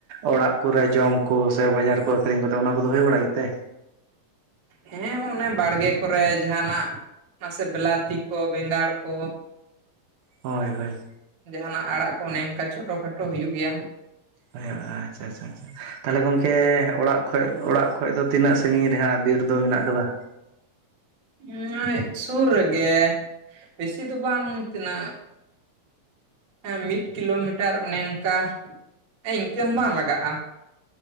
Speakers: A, on the right; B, on the right.
A: ᱚᱲᱟᱜ ᱠᱚᱨᱮ ᱡᱚᱢ ᱠᱚ ᱥᱮ ᱵᱟᱡᱟᱨ ᱠᱚ ᱟᱹᱠᱷᱨᱤᱧ ᱠᱚᱛᱮ ᱚᱱᱟ ᱠᱚᱫᱚ ᱦᱩᱭ ᱵᱟᱲᱟᱜ ᱜᱮᱛᱮ
B: ᱦᱮᱸ ᱚᱱᱮ ᱵᱟᱲᱜᱮ ᱠᱚᱨᱮ ᱡᱟᱦᱟᱱᱟᱜ ᱢᱟᱥᱮ ᱵᱮᱞᱟᱛᱤ ᱠᱚ ᱵᱮᱸᱜᱟᱲ ᱠᱚ
A: ᱦᱳᱭ ᱦᱳᱭ
B: ᱡᱟᱦᱟᱱᱟᱜ ᱟᱲᱟᱜ ᱠᱚ ᱚᱱᱮ ᱚᱱᱠᱟ ᱪᱷᱳᱴᱚ ᱠᱷᱟᱴᱳ ᱦᱩᱭᱩᱜ ᱜᱮᱭᱟ
A: ᱟᱪᱪᱷᱟ ᱟᱪᱪᱷᱟ ᱟᱪᱪᱷᱟ ᱛᱟᱦᱚᱞᱮ ᱜᱚᱢᱠᱮ ᱚᱲᱟᱜ ᱠᱷᱚᱡ ᱚᱲᱟᱜ ᱠᱷᱚᱡ ᱫᱚ ᱛᱤᱱᱟᱹᱜ ᱥᱟᱹᱸᱜᱤᱧ ᱨᱮ ᱦᱟᱸᱜ ᱵᱤᱨ ᱫᱚ ᱢᱮᱱᱟᱜ ᱠᱟᱫᱟ
B: ᱱᱚᱜᱚᱭ ᱥᱩᱨ ᱨᱮᱜᱮ ᱵᱮᱥᱤ ᱫᱚ ᱵᱟᱝ ᱛᱤᱱᱟᱹᱜ ᱮ ᱢᱤᱫ ᱠᱤᱞᱳᱢᱤᱴᱟᱨ ᱚᱱᱮ ᱚᱱᱠᱟ ᱤᱱᱠᱟᱹ ᱦᱚᱸ ᱵᱟᱝ ᱞᱟᱜᱟᱜᱼᱟ